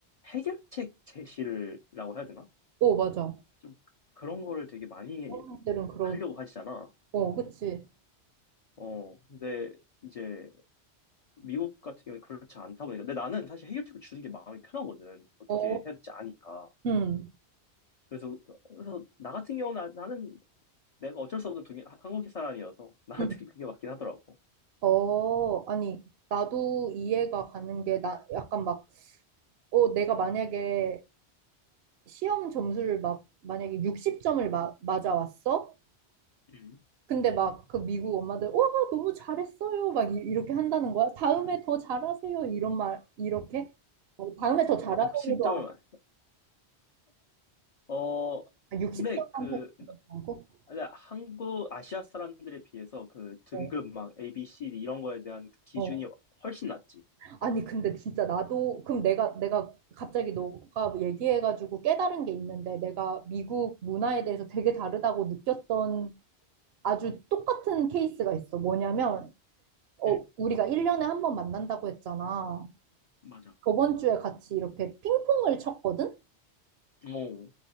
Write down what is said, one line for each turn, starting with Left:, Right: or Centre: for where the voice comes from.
Left: 해결책 제시를 라고 해야 되나?
Right: 어, 맞아.
Left: 좀 그런 거를 되게 많이
Right: 어른들은 그러,
Left: 하려고 하시잖아.
Right: 어, 그치.
Left: 어, 근데 이제 미국 같은 경우에 그렇지 않다 보니까. 근데 나는 사실 해결책을 주는 게 마음이 편하거든. 어떻게
Right: 어,
Left: 해야 될지 아니까.
Right: 음,
Left: 그래서, 그래서 나 같은 경우는 나- 나는 내가 어쩔 수 없는 동양, 하- 한국 사람이어서 <laughs>
Right: 음.
Left: 나한테는 그게 맞긴 하더라고.
Right: 어, 아니, 나도 이해가 가는 게, 나, 약간 막, 어, 내가 만약에 시험 점수를 막, 만약에 60점을 마, 맞아왔어?
Left: 음.
Right: 근데 막, 그 미국 엄마들, 와, 너무 잘했어요. 막, 이, 이렇게 한다는 거야. 다음에 더 잘하세요. 이런 말, 이렇게? 어, 다음에 더
Left: 아,
Right: 잘하세요도
Left: 60점을 맞. 어,
Right: 안, 60점한테
Left: 근데 그,
Right: 안 하고?
Left: 근데 한국, 아시아 사람들에 비해서 그 등급
Right: 어,
Left: 막 A, B, C D 이런 거에 대한 기준이
Right: 어.
Left: 훨씬 낮지.
Right: 아니, 근데 진짜 나도, 그럼 내가, 내가 갑자기 너가 얘기해가지고 깨달은 게 있는데, 내가 미국 문화에 대해서 되게 다르다고 느꼈던 아주 똑같은 케이스가 있어. 뭐냐면, 어,
Left: 음.
Right: 우리가 1년에 한 번 만난다고 했잖아.
Left: 맞아.
Right: 저번 주에 같이 이렇게 핑퐁을 쳤거든?
Left: 어,